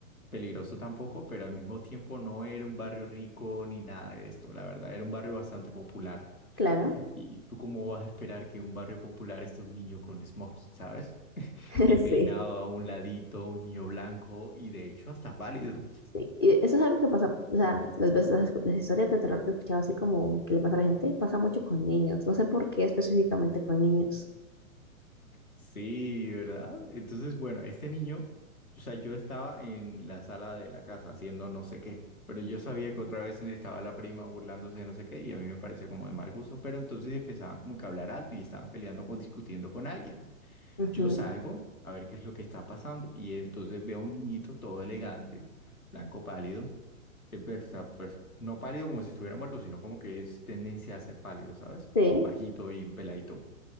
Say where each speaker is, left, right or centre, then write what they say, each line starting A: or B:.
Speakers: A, on the left; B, on the left.
A: peligroso tampoco, pero al mismo tiempo no era un barrio rico ni nada de esto, la verdad, era un barrio bastante popular.
B: claro.
A: ¿Y tú cómo vas a esperar que en un barrio popular esté un niño con smoking, ¿sabes?
B: <laughs>
A: Y peinado
B: Sí,
A: a un ladito, un niño blanco y de hecho hasta pálido.
B: sí. Y eso es algo que pasa, o sea, las veces las, las historias de terror que he escuchado así como que le pasa a la gente, pasa mucho con niños. No sé por qué específicamente con niños.
A: Sí, ¿verdad? Entonces, bueno, este niño, o sea, yo estaba en la sala de la casa haciendo no sé qué, pero yo sabía que otra vez estaba la prima burlándose de no sé qué y a mí me parecía como de mal gusto, pero entonces empezaban como que a hablar alto y estaban peleando o discutiendo con alguien.
B: Ujú,
A: Yo salgo a ver qué es lo que está pasando y entonces veo a un niñito todo elegante, blanco pálido, eh, pero, o sea, pues, no pálido como si estuviera muerto, sino como que es tendencia a ser pálido, ¿sabes?
B: Sí,
A: Bajito y un peladito.